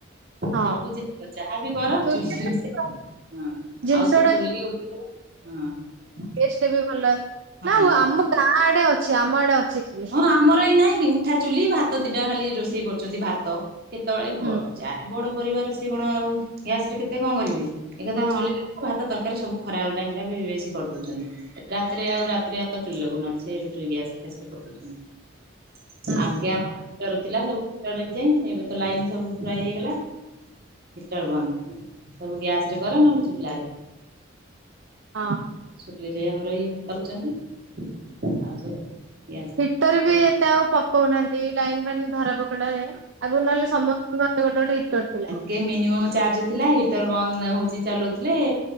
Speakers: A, on the right; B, on the right.
A: ହଁ
B: ସବୁ ଜିନିଷ ଯାହାବି କର
A: ଚୁଲିରେ
B: ଚୁଲି ରୋଷେଇ। ହଁ,
A: ଜିନିଷ
B: ଆଉ ତ ଚୁଲି ଉଠିଗଲା। ହଁ।
A: ଟେଷ୍ଟେ ବି ଭଲ ଆସେ। ନା
B: ହଁ।
A: ଓ ଆମ ଗାଁ ଆଡେ ଅଛି, ଆମ ଆଡେ ଅଛି ଚୁଲି।
B: ହଁ ଆମର ଏଇ ନାଇଁ କି ଉଠା ଚୁଲି ଭାତ ଦିଟା ଖାଲି ରୋଷେଇ କରୁଛନ୍ତି। ଭାତ କେତେବେଳେ ବ
A: ହୁଁ।
B: ଯାହା ଯିଏ ବଡ ପରିବାର ସିଏ କଣ ଆଉ ଗ୍ୟାସ ରେ କେତେ କଣ କରିବେ। ଏକା ଥରେ
A: ହଁ।
B: ଚୁଲିରେ ଭାତ ତର କାରୀ ସବୁ ଖରାବେଳ ଟାଇମ ଟା ବି ବେଶୀ କରିଦଉଛନ୍ତି। ରାତିରେ ଆଉ ରାତିରେ ଆଉ ଚୁଲି ଲଗଉ ନାହାନ୍ତି। ସେ ରୁଟି ଗ୍ୟାସ ଫ୍ୟାସ ରେ କରିଦେଉଛନ୍ତି।
A: ହୁଁ
B: ଆଗେ
A: ହୁଁ
B: ଆମର ହିଟର ଥିଲା ସବୁ ହିଟରରେ ହେଇଯାଏ। ଏବେ ତ ଲାଇନ ସବୁ ପ୍ରାୟ ହେଇଗଲା। ହିଟର ବନ୍ଦ, ସବୁ ଗ୍ୟାସ ରେ କର, ନହଲେ ଚୁଲାରେ।
A: ହଁ।
B: ଚୁଲିରେ ଆମର ଇଏକରୁଛନ୍ତି। ଆଉ ସବୁ ଗ୍ୟାସ।
A: ହିଟର ରେ ବି ଏତେ ଆଉ ପକଉନାହାନ୍ତି। ଲାଇନ ଫାଇନ ଧରା ପକଡା ହୁଏ। ଆଗରୁ ନହେଲେ ସମସ୍ତଙ୍କର ଗୋଟେ ଗୋଟେ ହିଟର ଥିଲା।
B: ଟେ ମିନିମମ୍ ଚାର୍ଜ ଥିଲା। ହିଟର ବନ୍ଦ ହଉଚି ଚଲଉଥିଲେ